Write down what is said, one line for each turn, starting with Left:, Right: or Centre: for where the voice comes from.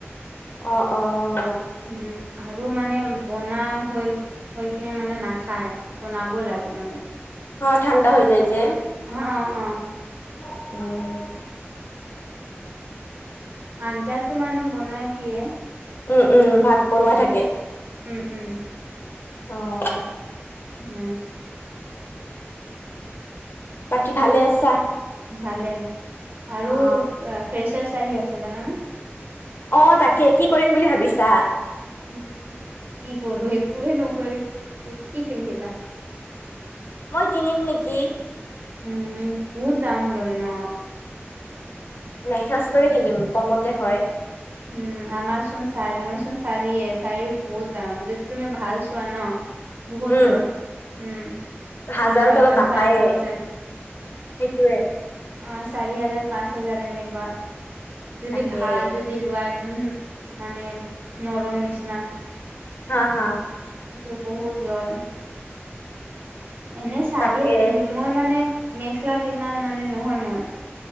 Left: অ অ অ
Right: উম আৰু মানে বনা হল হৈ কিনে মানে নাখায় বনাব লাগে মানে
Left: অ ঠাণ্ডা হৈ যাই যে
Right: অ অ অ
Left: উম
Right: আঞ্জাটো মানে বনাই দিয়ে
Left: উম উম ভাত বনোৱাই
Right: উম
Left: থাকে
Right: উম উম
Left: অ'।
Right: উম।
Left: বাকী ভালে আছা?
Right: ভালে। আৰু
Left: অ
Right: ফ্ৰেছাৰ্চ আহি আছে জানানে?
Left: অ' তাকে। কি কৰিম বুলি ভাবিছা?
Right: উম, কি কৰোঁ একোৱে নকৰিম। কি পিন্ধিবা?
Left: মই কিনিম নেকি।
Right: উম, বহুত দাম লয় ন'?
Left: মেখেলাচাদৰে কিনিম, কমতে হয়।
Right: উম, আমাৰচোন চাৰি মইচোন চাৰিয়ে, চাৰি বহুত দাম যদি তুমি ভাল চোৱা ন' বহুত
Left: উম
Right: লয়, উম।
Left: হাজাৰৰ
Right: ফ'ৰ থাউজেণ্ড,
Left: তলত নাপায়ে
Right: ফাইভ থাউজেণ্ড।
Left: সেইটোয়ে
Right: অ' চাৰি হাজাৰ, পাঁচ হাজাৰ এনেকুৱা। যদি
Left: তাকে
Right: ভাল যদি দিলোৱা, একদম মানে নৰম নিচিনা
Left: হা হা।
Right: সেইটো বহুত লয়। এনে চাৰিয়ে
Left: তাকে
Right: পিন্ধিম। মই মানে মেখেলাত ইমান মানে নহয় মই।